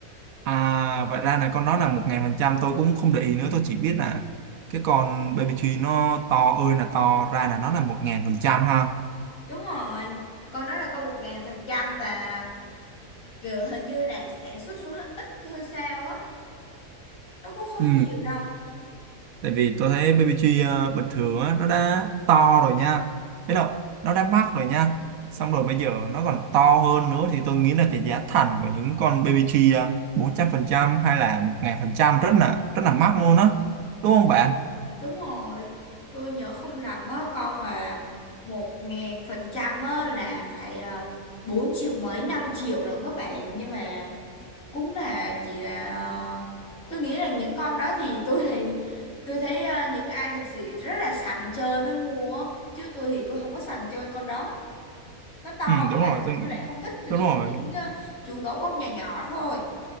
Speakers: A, on the right; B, on the left.
A: à vậy ra là con đó là một ngàn phần trăm tôi cũng không để ý nữa tôi chỉ biết là cái con baby tree nó to ơi là to ra là nó là một ngàn phần trăm ha
B: Đúng rồi, con đó là con một ngàn phần trăm và kiểu hình như là sản xuất xuống là ít thôi sao á, nó cũng không
A: ừ
B: nhiều đâu.
A: tại vì tôi thấy BBG ờ, bình thường á nó đã to rồi nha biết không nó đã mắc rồi nha xong rồi bây giờ nó còn to hơn nữa thì tôi nghĩ là cái giá thành của những con BBG ờ, 400% hay là 1000% rất là rất là mắc luôn á đúng không bạn
B: Đúng rồi, tôi nhớ không lầm á, con mà một ngàn phần trăm á là phải ờ, 4 triệu mấy 5 triệu lận các bạn, nhưng mà cũng là chỉ là ờ, tôi nghĩ là những con đó thì tôi thì tôi thấy ờ, những ai thật sự rất là sành chơi mới mua á. chứ tôi thì tôi không có sành chơi con đó. nó to
A: ừ đúng
B: quá
A: rồi tôi nghĩ
B: tôi lại không thích tôi
A: đúng
B: chỉ
A: rồi
B: thích những ờ, chú gấu bông nhỏ nhỏ thôi